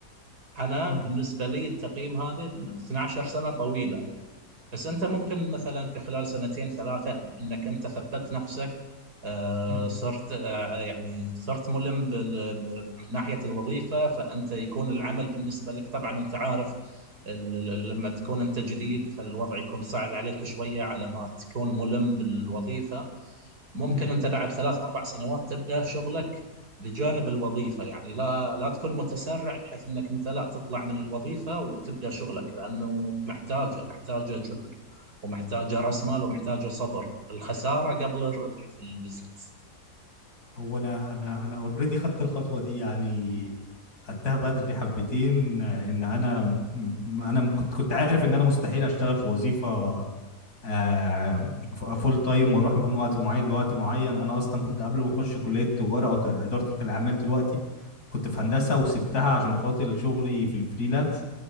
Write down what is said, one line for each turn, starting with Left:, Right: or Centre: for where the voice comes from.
Right: انا
Left: مم،
Right: بالنسبه لي التقييم هذا 12 سنه طويله يعني بس انت ممكن مثلا في خلال سنتين ثلاثه انك انت ثبت نفسك آه،
Left: مم،
Right: صرت آه، يعني صرت ملم بال- ب- من ناحيه الوظيفه فانت يكون العمل بالنسبه لك طبعا انت عارف ال- ال- لما تكون انت جديد فالوضع يكون صعب عليك شويه على ما تكون ملم بالوظيفه ممكن
Left: مم.
Right: انت بعد ثلاث اربع سنوات تبدا شغلك بجانب الوظيفه يعني لا لا تكون متسرع بحيث انك انت لا تطلع من الوظيفه وتبدا شغلك لانه محتاجه محتاجه جهد ومحتاجه راس مال ومحتاجه صبر الخساره قبل الربح في البزنس
Left: هو انا انا انا اوريدي خدت الخطوة دي يعني خدتها بدري حبتين آه، ان انا م- انا م- كنت كنت عارف ان انا مستحيل اشتغل في وظيفة آه، فول تايم واروح من وقت معين لوقت معين انا اصلا كنت قبل ما اخش كليه التجاره او ت- اداره الاعمال دلوقتي كنت في هندسه وسبتها عشان خاطر شغلي في الفريلانس